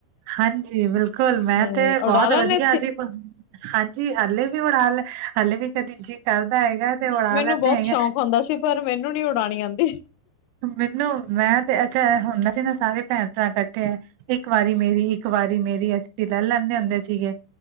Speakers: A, on the right; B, on the left.
A: ਹਨ ਜੀ, ਬਿਲਕੁਲ ਮੈਂ
B: ਅ
A: ਤੇ ਬਹੁਤ
B: ਉਡਾ ਲੈਂਦੇ
A: ਵਧੀਆ ਸੀ। ਹਾਂਜੀ, ਹਲੇ ਵੀ <unintelligible> ਹਾਲੇ ਵੀ। ਕਦੀ ਜੀ ਕਰਦਾ ਹੈਗਾ ਤੇ ਉਡਾ
B: ਮੈਨੂੰ
A: ਲੈਂਦੇ
B: ਬਹੁਤ
A: ਹੈਗੇ
B: ਸ਼ੌਕ ਹੁੰਦਾ ਸੀ ਪਰ ਮੈਨੂੰ ਨੀ ਉਡਾਣੀ ਆਉਦੀ
A: ਮੈਨੂੰ ਮੈ ਤੇ ਅਛਾ ਹੁਣ ਨਾ ਤੇ ਨਾ ਸਾਰੇ ਭੈਣ ਭਰਾ ਇਕਠੇ ਹੈ। ਇਕ ਵਾਰੀ ਮੇਰੀ ਇੱਕ ਵਾਰੀ ਮੇਰੀ ਅਸੀਂ ਲੈ ਲੈਂਦੇ ਹੁੰਦੇ ਸੀਗੇ